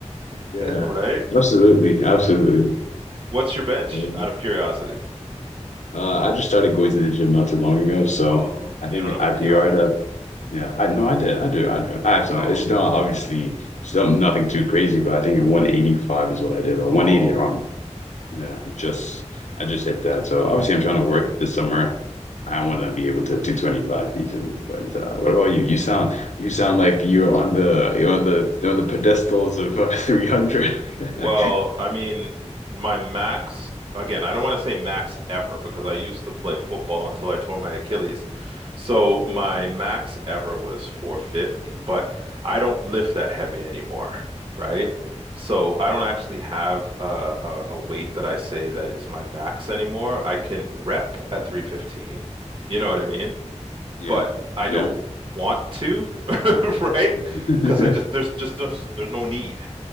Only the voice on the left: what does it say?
Yeah.
Absolutely. Absolutely.
Yeah.
Uh, I just started going to the gym not too long ago, so
I
think
I
PR'd Yeah, I no, I did. I do. I do. I have some.
It's not obviously still nothing too crazy, but I think in 185 is what I did, or 180
around. Yeah, I just I just hit that. So obviously, I'm trying to work this summer. I want to be able to 225 easily. But uh, what about you? You sound you sound like you're on the you're on the on the pedestals of uh, <laughs> 300. <laughs>
Yeah,
yeah.
<laughs>